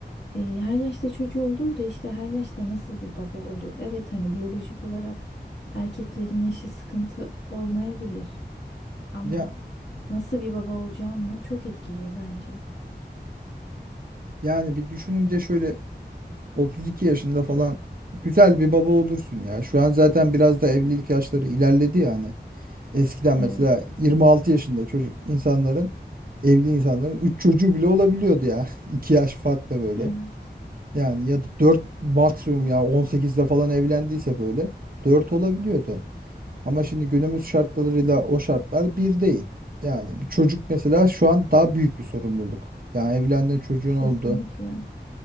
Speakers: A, on the left; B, on the right.
A: e, her yaşta çocuğu olur da işte her yaşta nasıl bir baba olur? Evet hani biyolojik olarak erkeklerin yaşı sıkıntı olmayabilir ama
B: Ya
A: nasıl bir baba olacağını çok etkiliyor bence.
B: yani bir düşününce şöyle 32 yaşında falan güzel bir baba olursun ya. Şu an zaten biraz da evlilik yaşları ilerledi yani. Eskiden
A: Evet,
B: mesela 26 yaşında çocuk insanların evli insanların 3 çocuğu bile olabiliyordu ya. <laughs> 2 yaş farkla böyle.
A: evet.
B: Yani ya da 4 maksimum ya 18'de falan evlendiyse böyle 4 olabiliyordu. Ama şimdi günümüz şartlarıyla o şartlar bir değil. Yani bir çocuk mesela şu an daha büyük bir sorumluluk. Yani evlendin çocuğun
A: Kesinlikle.
B: oldu.